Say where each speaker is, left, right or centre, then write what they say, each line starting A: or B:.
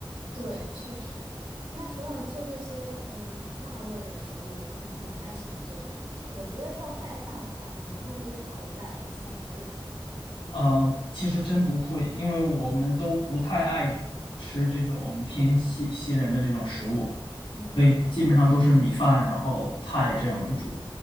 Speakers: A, on the right; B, on the left.
A: 对，确实。那除了做这些嗯辣味儿的食物，你你还喜欢做什么吗？我觉得要带饭的话，你们会不会考虑带三明治什么的？
B: 啊，其实真不会，因为我们都不太爱吃这种偏西西人的这种食物，
A: 嗯。
B: 所以基本上都是米饭，然后菜这样为主。